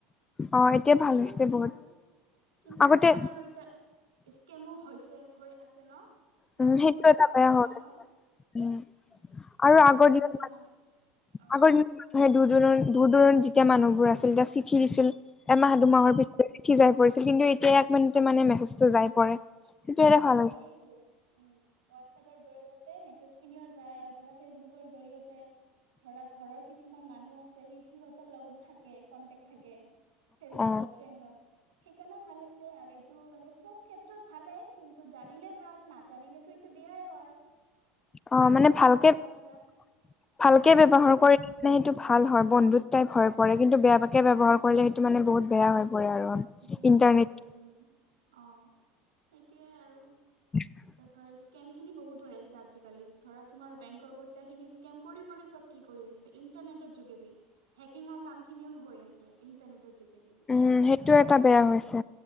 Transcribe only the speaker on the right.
একফাল
দি
ভাল, কিন্তু
কিছুমান আৰু এতিয়া স্কেমো হৈছে হৈ আছে ন? চাবাচোন
অনলাইনত
এতিয়া
বহুতে
মানে অ
অ
অ',
এইটো উম, হোৱাটছএপৰ জৰিয়তে মেছেজ খিনি যাই আৰু ধৰা ফেচবুকৰ জৰিয়তে ধৰা ঘৰৰ কিছুমান মানুহ আছে সি সিহঁতৰ লগতো থাক কে কণ্টেক থাকে ফেচবুকত
ফ্ৰেণ্ডত সেইকাৰণেও ভাল হৈছে আৰু এইটো মানে চব ক্ষেত্ৰত ভালে কিন্তু জানিলে ভাল নাজানিলে তো এইটো বেয়াই হয়। স্কেমো
হয়
কেতিয়াবা ধৰা অ
বেয়া
হৈ পৰে উম, অ', সেইটোয়ে আৰু
এতিয়া ধৰা স্কেম খিনি বহুত হৈ আছে আজিকালি ধৰা তোমাৰ বেংকৰ পইচা খিনি স্কেম কৰি কৰি চব কি কৰি আছে ইণ্টাৰনেটৰ যোগেদি হেকিঙৰ কাম খিনিও হৈ আছে ইণ্টাৰনেটৰ যোগেদি।
উম,